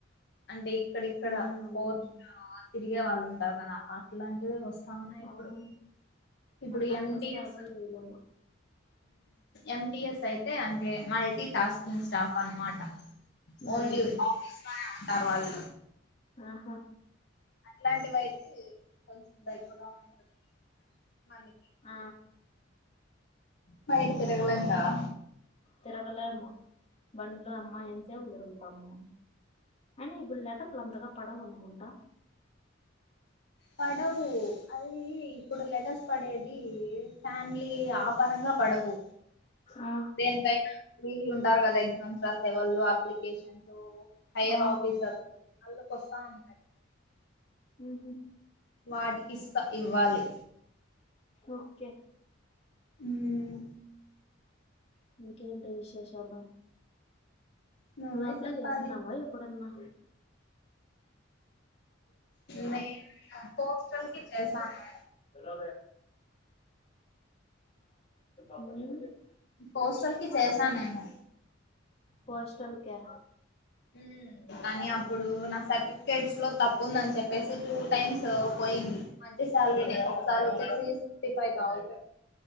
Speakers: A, on the left; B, on the left.
A: అంటే ఇక్కడిక్కడ
B: ఉమ్
A: పోస్ట్
B: ఉమ్
A: తిరిగే వాళ్ళు ఉంటారు కదా అట్లాంటివి వస్త అవున ఇప్పుడు
B: అవును
A: ఇప్పుడు
B: అట్లాంటివి
A: ఎమ్
B: వస్తే
A: టి
B: అసలు
A: స్
B: చేయలేము
A: ఎమ్టిఎస్ అయితే అంటే మల్టీ టాస్కింగ్ స్టాఫ్ అనమాట
B: ఉమ్
A: ఓన్లీ ఆఫీస్ లోనే ఉంటారు వాళ్ళు
B: ఆహా
A: అట్లాంటివి అయితే కొంచెం బెటర్ గా ఉంటుంది మనకి
B: ఆ
A: బయట తిరగలేం కదా
B: తిరగలేము బండ్లో అమ్మా ఎంతసేపు తిరుగుతాము అయిన ఇప్పుడు లెటర్లు అంతగా పడవు అనుకుంటా
A: పడవు అది ఇప్పుడు లెటర్స్ పడేది ఫ్యామిలీ ఆపరంగా పడవు
B: ఆ
A: దేనికైనా వీళ్ళు ఉంటారు కదా ఎగ్జామ్స్ రాసేవాళ్ళు అప్లికేషన్స్ హైయర్
B: ఆ
A: ఆఫీసర్స్ వాళ్ళకు వస్తా ఉంటయి
B: ఉహు
A: వాటికి ఇస్తా ఇవ్వాలి
B: ఓకే ఉ
A: మ్మ్
B: ఇంకేంటి విశేషాలు
A: నువ్వే
B: నువ్వు అప్లై
A: చెప్పాలి
B: చేసినవా ఎప్పుడున్నా
A: మే పోస్టల్ కి చేశాను
B: తెలో ఉ
A: పోస్టల్ కి చేశా నేను
B: పోస్టల్ క్యా
A: ఉ కానీ అప్పుడు నా సర్టిఫికేట్స్ లో తప్పు ఉందని చెప్పేసి చూ టైమ్స్ సో పోయింది మంచి సాలరీనే ఒకసారి వచ్చేసి సిక్స్టీ ఫైవ్ థౌసండ్